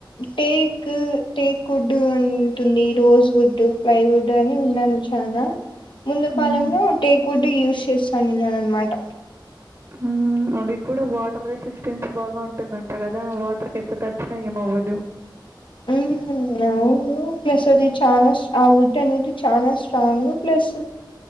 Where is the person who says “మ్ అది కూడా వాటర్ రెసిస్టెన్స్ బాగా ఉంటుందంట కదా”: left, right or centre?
Right